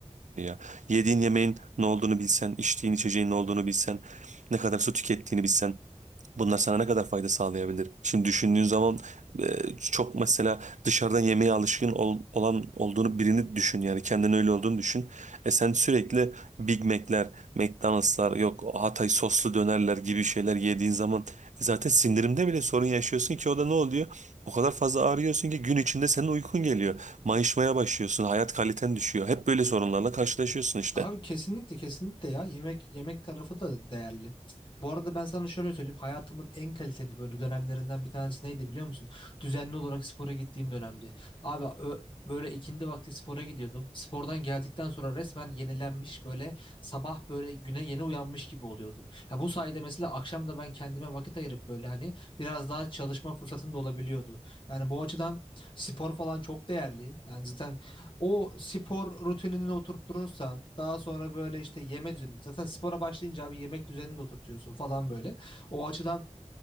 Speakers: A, on the right; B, on the left.
A: ya. Yediğin yemeğin ne olduğunu bilsen, içtiğin içeceğin ne olduğunu bilsen, ne kadar su tükettiğini bilsen. Bunlar sana ne kadar fayda sağlayabilir? Şimdi düşündüğün zaman e, çok mesela dışarıdan yemeğe alışkın ol- olan olduğunu birini düşün yani kendin öyle olduğunu düşün. E sen sürekli Big Mac'ler, McDonald's'lar yok Hatay soslu dönerler gibi şeyler yediğin zaman e, zaten sindirimde bile sorun yaşıyorsun ki o da ne oluyor? O kadar fazla ağrıyorsun ki gün içinde senin uykun geliyor. Mayışmaya başlıyorsun, hayat kaliten düşüyor. Hep böyle sorunlarla karşılaşıyorsun işte.
B: Abi kesinlikle kesinlikle ya yemek yemek tarafı da değerli. Bu arada ben sana şöyle söyleyeyim hayatımın en kaliteli böyle dönemlerinden bir tanesi neydi biliyor musun? Düzenli olarak spora gittiğim dönemdi. Abi ö- böyle ikindi vakti spora gidiyordum. Spordan geldikten sonra resmen yenilenmiş böyle sabah böyle güne yeni uyanmış gibi oluyordum. Ya bu sayede mesela akşam da ben kendime vakit ayırıp böyle hani biraz daha çalışma fırsatım da olabiliyordu. Yani bu açıdan spor falan çok değerli. Yani zaten o spor rutinini oturtturursan daha sonra böyle işte yeme düzeni zaten spora başlayınca abi yemek düzenini de oturtuyorsun falan böyle. O açıdan